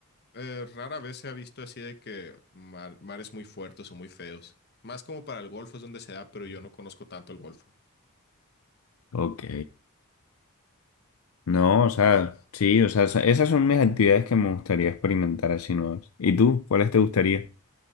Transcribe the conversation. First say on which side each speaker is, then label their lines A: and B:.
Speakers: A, on the left; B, on the left.
A: eh, rara vez se ha visto así de que mar- mares muy fuertes o muy feos. Más como para el Golfo es donde se da, pero yo no conozco tanto el Golfo.
B: Ok. No, o sea, sí, o sea, esa- esas son mis actividades que me gustaría experimentar así nuevas. ¿Y tú? ¿Cuáles te gustaría?